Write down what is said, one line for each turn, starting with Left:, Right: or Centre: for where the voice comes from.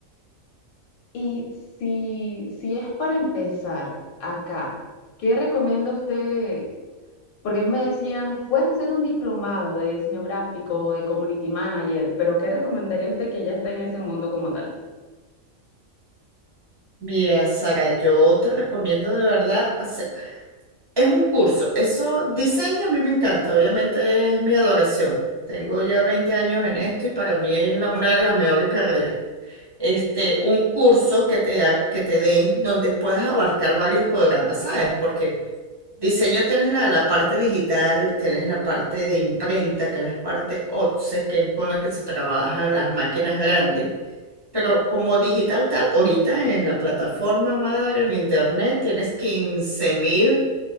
Left: Y si, si es para empezar acá, ¿qué recomienda usted? Porque a mí me decían, puedes hacer un diplomado de diseño gráfico o de community manager, pero ¿qué recomendaría usted que ya está en ese mundo como tal?
Right: Mira, Sara, yo te recomiendo de verdad hacer Es un curso. Eso, diseño a mí me encanta, obviamente es mi adoración. Tengo ya 20 años en esto y para mí es la- una de las mejores carreras. Este, un curso que te, da- que te den donde puedas abarcar varios programas, ¿sabes? Porque diseño tienes la, la parte digital, tienes la parte de imprenta, que es la parte OTSE, que es con la que se trabaja las máquinas grandes. Pero como digital tal, ahorita en la plataforma madre, en internet, tienes 15.000